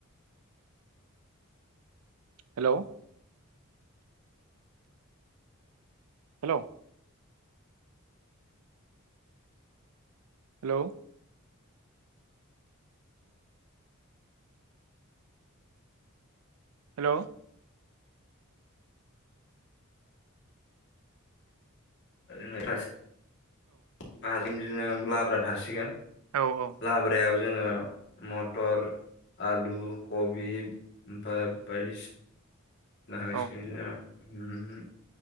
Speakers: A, on the right (about 80°); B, on the left (about 55°).
A: हेल' हेल' हेलौ हेल'
B: <unintelligible> <unintelligible> बिदिनो लाब्रा थासिगोन
A: औ औ
B: लाब्रायाव जोङो मटर आलु कबि ओमफाय बायदिसि होसिगोन
A: औ
B: बिदिनो